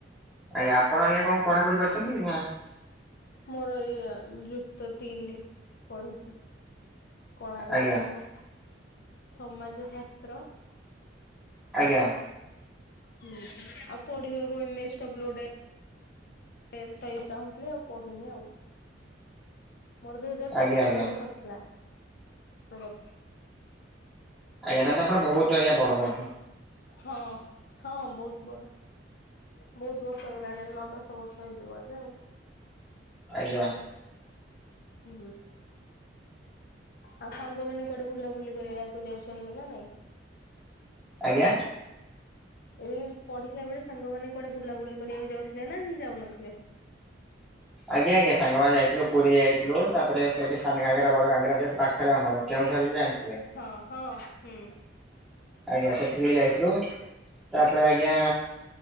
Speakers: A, in the centre; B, on the left.
A: ଆଜ୍ଞା ଆପଣ ଆଜ୍ଞ କଣ ପଢାପଢି କରିଚନ୍ତି ନାଇଁ।
B: ମୋର ଏଇ ଯୁକ୍ତ ତିନି ପଢିଚି। କଳା ବିଭାଗ
A: ଆଜ୍ଞା
B: ସମାଜ ଶସ୍ତ୍ର।
A: ଆଜ୍ଞା।
B: ହୁଁ ଆଉ ପଢିବାକୁଏମେ ଷ୍ଟପ୍ ଲୋ ଗୋଟ ସେ ସେଇ ଚାହୁଁଥିଲେ ଆଉ ପଢିନି ଆଉ। ମୋର ଦୁଇ ହଜାର ସତରରେ
A: ଆଜ୍ଞା ଆଜ୍ଞା
B: ସରିଥିଲା ରୋ
A: ଆଜ୍ଞା ତାହେଲେ ତ ବୋହୁତ
B: ହଜାର ସତରରେ।
A: ବଡ ମୋଠୁ।
B: ହଁ ହଁ ବୋଉତ ବଡ। ବୋହୁତ ବର୍ଷ ଗଲାଣି ନଅ ଦଶ ବର୍ଷ ହେଇଯିବ ଆଉ।
A: ଆଜ୍ଞା।
B: ହୁଁ। ଆଉ ସାଙ୍ଗ ମାନ କୁଆଡେ ବୁଲାବୁଲି କରିବାକୁ ଯାଉଛନ୍ତି ନା ନାଇଁ।
A: ଆଜ୍ଞା।
B: ଏଇ ପଢିଲା ବେଳେ ସାଙ୍ଗମାନେ କୁଆଡେ ବୁଲାବୁଲି କରିବାକୁ ଯାଉଥିଲେ ନା ଯାଉନଥିଲେ?
A: ଆଜ୍ଞା ଆଜ୍ଞା ସାଙ୍ଗମାନେ ଯାଇଥିଲୁ ପୁରୀ ଯାଇଥିଲୁ ତାପରେ ସେଇଠି ସାନ ଘାଗରା ବଡ ଘାଗରା ଜେହେତୁ ପାଖରେ ଆମର କେଉଁଝର ବି ଜାଣିଥିବେ?
B: ହଁ ହଁ ହୁଁ।
A: ଆଜ୍ଞା ସେଠି ବି ଯାଇଥିଲୁ ତାପରେ ଆଜ୍ଞା